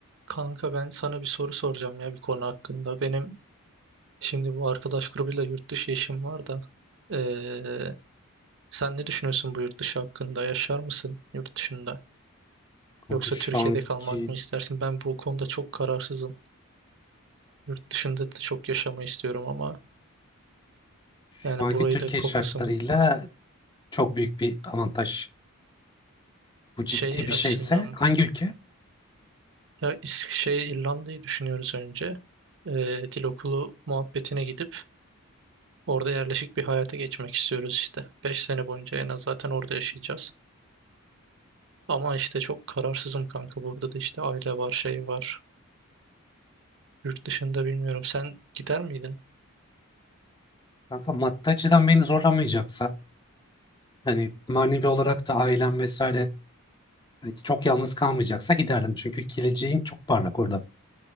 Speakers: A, on the right (about 60°); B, on the left (about 20°).
A: Kanka ben sana bir soru soracağım ya bir konu hakkında. Benim şimdi bu arkadaş grubuyla yurt dışı işim var da. Ee, sen ne düşünüyorsun bu yurt dışı hakkında? Yaşar mısın yurt dışında?
B: Kanka
A: Yoksa
B: şu
A: Türkiye'de
B: anki
A: kalmak mı istersin? Ben bu konuda çok kararsızım. Yurt dışında da çok yaşamayı istiyorum ama
B: şu
A: yani
B: anki
A: burayı
B: Türkiye
A: da kopasım
B: şartlarıyla çok büyük bir avantaj. Bu ciddi
A: şey
B: bir
A: açısından
B: şeyse
A: mı?
B: hangi ülke?
A: Ya İs- şey İrlanda'yı düşünüyoruz önce. Ee, dil okulu muhabbetine gidip orada yerleşik bir hayata geçmek istiyoruz işte. beş sene boyunca en az zaten orada yaşayacağız. Ama işte çok kararsızım kanka. Burada da işte aile var, şey var. Yurt dışında bilmiyorum. Sen gider miydin?
B: Kanka maddi açıdan beni zorlamayacaksa yani manevi olarak da ailem vesaire hani çok yalnız kalmayacaksa giderdim. Çünkü geleceğin çok parlak orada.